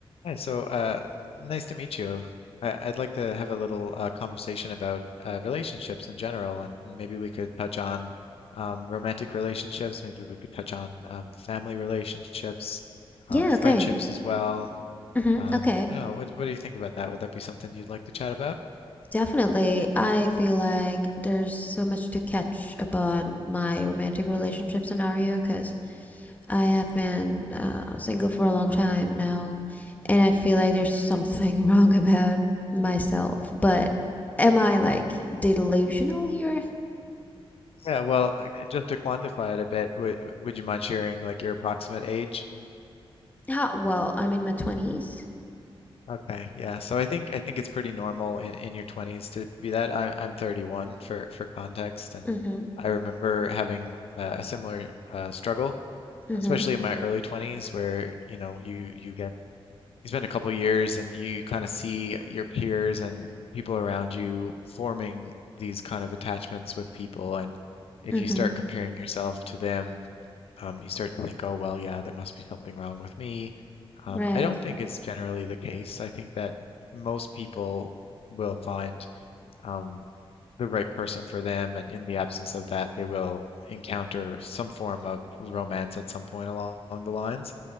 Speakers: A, on the left; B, on the left.
A: Hi, so uh, nice to meet you. I, I'd like to have a little uh, conversation about uh, relationships in general, and maybe we could touch on um, romantic relationships. Maybe we could touch on um, family relationships,
B: Yeah,
A: um, friendships
B: okay.
A: as well.
B: hmm
A: Um,
B: Okay.
A: I don't know. What, what do you think about that? Would that be something you'd like to chat about?
B: Definitely. I feel like there's so much to catch about my romantic relationship scenario because I have been uh, single for a long time now, and I feel like there's something <laughs> wrong about myself. But am I like
A: Uh,
B: delusional here?
A: yeah, well, uh, just to quantify it a bit, would, would you mind sharing like your approximate age?
B: How, well, I'm in my 20s.
A: Okay, yeah. So I think I think it's pretty normal in, in your 20s to be that. I'm I'm 31 for for context, and
B: Mm-hmm.
A: I remember having uh, a similar uh, struggle,
B: Mm-hmm.
A: especially in my early 20s, where you know you you get you spend a couple years and you kind of see your peers and people around you forming these kind of attachments with people, and if
B: Mm-hmm.
A: you start comparing yourself to them um, you start to think, oh, well, yeah, there must be something wrong with me. Um,
B: Right.
A: I don't think it's generally the case. I think that most people will find um, the right person for them, and in the absence of that, they will encounter some form of romance at some point along the lines.